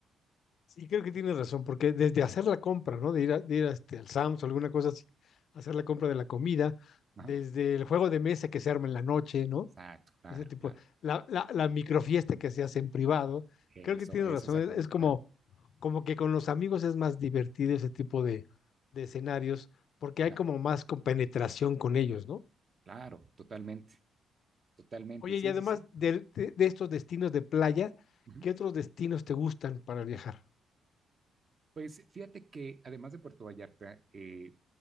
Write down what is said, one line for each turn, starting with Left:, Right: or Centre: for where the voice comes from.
Left: Sí, creo que tienes razón, porque desde hacer la compra, ¿no? De ir, a- de ir a este, al Sam's o alguna cosa así, hacer la compra de la comida, desde
Right: Ajá.
Left: el juego de mesa que se arma en la noche, ¿no?
Right: Exacto, claro,
Left: Ese tipo,
Right: claro.
Left: la, la, la microfiesta que se hace en privado.
Right: Eso,
Left: Creo que tienes
Right: eso
Left: razón,
Right: exactamente.
Left: es es como
Right: Ajá,
Left: como que con los amigos es más divertido ese tipo de, de escenarios porque hay
Right: claro,
Left: como más compenetración con ellos, ¿no?
Right: claro, totalmente, totalmente,
Left: Oye,
Right: sí,
Left: y además
Right: sí, sí.
Left: del-
Right: Ajá,
Left: de, de estos destinos de playa,
Right: ajá.
Left: ¿qué otros destinos te gustan para viajar?
Right: Pues fíjate que además de Puerto Vallarta, eh,